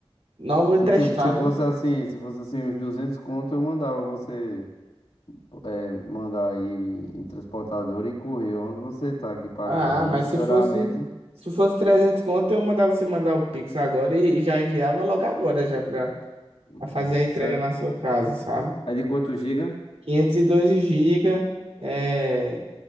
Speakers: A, on the right; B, on the left.
A: Nova
B: Se,
A: e testada.
B: tipo, se fosse assim, se fosse assim, uns 200 conto, eu mandava você é, mandar aí em, em transportador e correr onde você tá aqui pra
A: Ah,
B: casa. Mas,
A: mas
B: sinceramente,
A: se fosse. Se fosse 300 conto, eu mandava você mandar o Pix agora e, e já enviava logo agora já pra.
B: hum,
A: pra fazer
B: é sincer-
A: a entrega na sua casa, sabe?
B: é de quanto giga?
A: 512 GB, é,